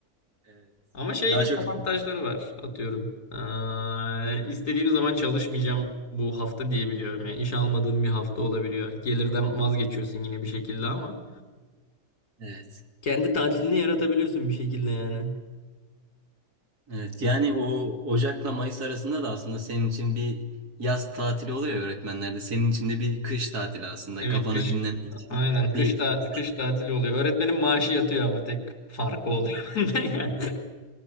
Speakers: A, on the right; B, on the left.
A: Evet.
B: Ama şey
A: Daha
B: gibi
A: çok
B: avantajları var atıyorum. Ee, istediğim zaman çalışmayacağım bu hafta diyebiliyorum. Yani iş almadığım bir hafta olabiliyor. Gelirden vazgeçiyorsun yine bir şekilde ama.
A: evet.
B: Kendi tatilini yaratabiliyorsun bir şekilde yani.
A: Evet. Yani o Ocak'la Mayıs arasında da aslında senin için bir yaz tatili oluyor ya öğretmenlerde. Senin için de bir kış tatili aslında.
B: Evet
A: Kafanı
B: kış.
A: dinlemek için
B: Aynen kış
A: bir fırsat.
B: da kış tatili
A: <laughs>
B: oluyor. Öğretmenin maaşı yatıyor ama tek farkı oluyor. <laughs> bende Yani.